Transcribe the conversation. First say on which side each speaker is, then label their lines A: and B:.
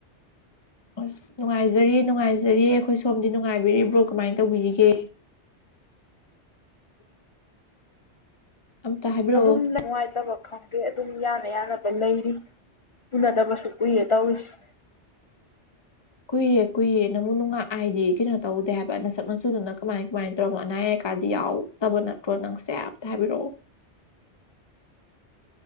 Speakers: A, on the left (about 25°); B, on the left (about 50°).
A: ꯑꯁ ꯅꯨꯡꯉꯥꯏꯖꯔꯤ ꯅꯨꯡꯉꯥꯏꯖꯔꯤꯌꯦ ꯑꯩꯈꯣꯏ ꯁꯣꯝꯗꯤ ꯅꯨꯡꯉꯥꯏꯕꯤꯔꯤꯕ꯭ꯔꯣ ꯀꯃꯥꯏꯅ ꯇꯧꯕꯤꯔꯤꯒꯦ ꯑꯝꯇ ꯍꯥꯏꯕꯤꯔꯛꯑꯣ
B: ꯑꯗꯨꯝ ꯅꯨꯡꯉꯥꯏꯇꯕ ꯈꯪꯗꯦ ꯑꯗꯨꯝ ꯌꯥꯅ ꯌꯥꯅꯕ ꯂꯩꯔꯤ ꯎꯨꯅꯗꯕꯁꯨ ꯀꯨꯏꯔꯦ ꯇꯧꯔꯤꯁꯤ
A: ꯀꯨꯏꯔꯦ ꯀꯨꯏꯔꯦ ꯅꯪꯕꯨ ꯅꯨꯡꯉꯥꯛ ꯍꯥꯏꯗꯤ ꯀꯩꯅꯣ ꯇꯧꯗꯦ ꯍꯥꯏꯕ ꯅꯁꯛ ꯃꯁꯨꯨꯗꯨꯅ ꯀꯃꯥꯏ ꯀꯃꯥꯏꯅ ꯇꯧꯔꯅꯣ ꯑꯅꯥ ꯑꯌꯦꯛꯀꯥꯟꯗꯤ ꯌꯥꯎ ꯇꯕ ꯅꯠꯇ꯭ꯔꯣ ꯅꯪꯁꯦ ꯑꯝꯇ ꯍꯥꯏꯕꯤꯔꯛꯑꯣ